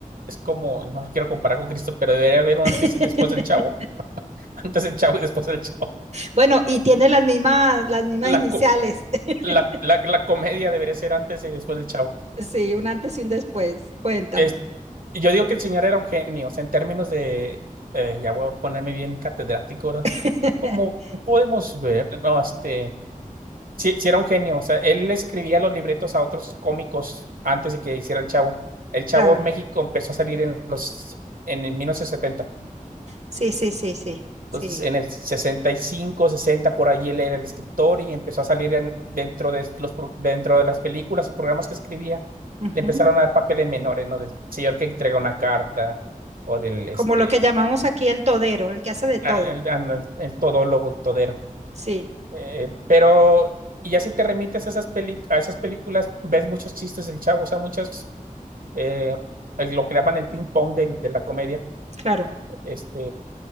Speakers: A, on the right; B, on the right.
A: es como, no lo quiero comparar con Cristo, pero debería haber un
B: <laughs>
A: antes y después del Chavo. <laughs> Antes del Chavo y después del Chavo.
B: Bueno, y tiene las mismas, las mismas
A: La,
B: iniciales.
A: co-
B: <laughs>
A: la, la, la comedia debería ser antes y después del Chavo.
B: Sí, un antes y un después. Cuéntame.
A: Es, y yo digo que el señor era un genio, o sea, en términos de, eh, ya voy a ponerme bien catedrático, ¿verdad?
B: <laughs>
A: Como podemos ver, no, este, sí, sí era un genio, o sea, él le escribía los libretos a otros cómicos antes de que hiciera el Chavo. El Chavo
B: Claro.
A: en México empezó a salir en los, en el 1970.
B: Sí, sí, sí, sí,
A: Entonces,
B: sí.
A: en el 65, 60, por allí él era el escritor y empezó a salir en- dentro de los, pro- dentro de las películas o programas que escribía.
B: Ujú.
A: Le empezaron a dar papeles menores, ¿no? Del señor que entrega una carta o del,
B: Como
A: este,
B: lo que llamamos aquí el todero, el que hace de todo.
A: a- el, a- el todólogo, el todero.
B: Sí,
A: Eh, pero, y ya si te remites a esas, peli- a esas películas, ves muchos chistes del chavo, o sea, muchos, eh, el- lo que llaman el ping-pong de, de la comedia,
B: claro.
A: este,